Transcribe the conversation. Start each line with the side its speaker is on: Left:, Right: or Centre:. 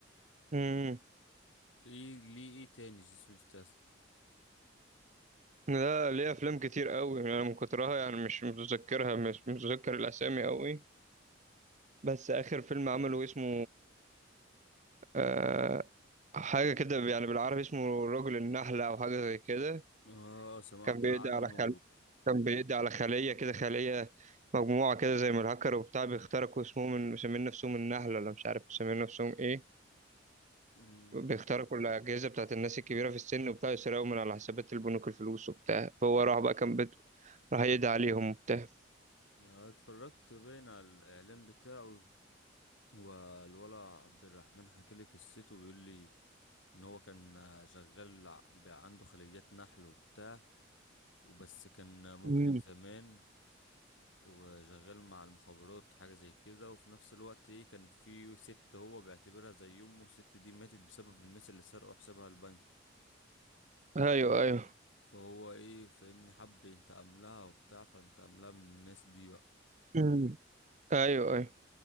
Right: امم
Left: في ايه ليه ايه تاني جيسون ستاثام
Right: لا ليه افلام كتير قوي انا من كترها يعني مش متذكرها مش متذكر الاسامي قوي بس اخر فيلم عمله اسمه آه حاجة كده يعني بالعربي اسمه رجل النحلة او حاجة زي كده
Left: اه سمعت
Right: كان بيدي
Left: عنه
Right: على كان بيقضي على خلية كده خلية مجموعة كده زي ما الهاكر وبتاع بيخترقوا اسمهم من مسمين نفسهم النحلة ولا مش عارف مسمين نفسهم ايه
Left: مم.
Right: بيخترقوا الأجهزة بتاعت الناس الكبيرة في السن وبتاع يسرقوا من على حسابات البنوك الفلوس وبتاع فهو راح بقى كان بد... راح يدعي عليهم وبتاع
Left: آه، اتفرجت باين على الاعلان بتاعه هو الولا عبد الرحمن حكالي قصته بيقول لي ان هو كان شغال ع- بقى عنده خليات نحل وبتاع وبس كان مجرم
Right: مم.
Left: زمان وشغال مع المخابرات حاجة زي كده وفي نفس الوقت ايه كان في ست هو بيعتبرها زي امه الست دي ماتت بسبب الناس اللي سرقوا حسابها البنكي
Right: ايوه ايوه
Left: فهو ايه فاهمني حب ينتقم لها وبتاع فانتقم لها من الناس دي بقى
Right: مم. ايوه ايوه